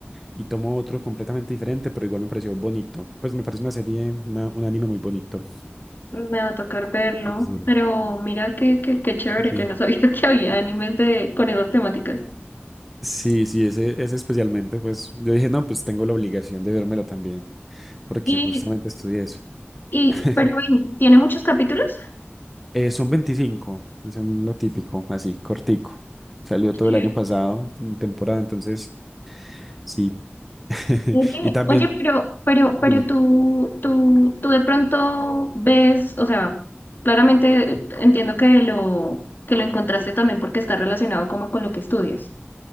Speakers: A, in the centre; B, on the left.
A: y tomo otro completamente diferente, pero igual me pareció bonito. Pues me parece una serie, una- un anime muy bonito.
B: Me va a tocar verlo,
A: Y es duro.
B: pero mira qué, qué, qué chévere,
A: Sí.
B: yo no sabía <laughs> que había animes de, con esas temáticas.
A: Sí, sí, ese, ese especialmente, pues yo dije, no, pues tengo la obligación de vérmelo también, porque
B: Y,
A: justamente estudié eso.
B: y,
A: <laughs>
B: pero bueno, ¿tiene muchos capítulos?
A: Eh, son veinticinco es un- lo típico, así, cortico. Salió todo
B: Sí.
A: el año pasado, en temporada, entonces, sí. <laughs>
B: Oye,
A: Y también,
B: oye, pero, pero,
A: Dime.
B: pero tú, tú, tú de pronto ves, o sea, claramente eh, entiendo que lo, que lo encontraste también porque está relacionado como con lo que estudias.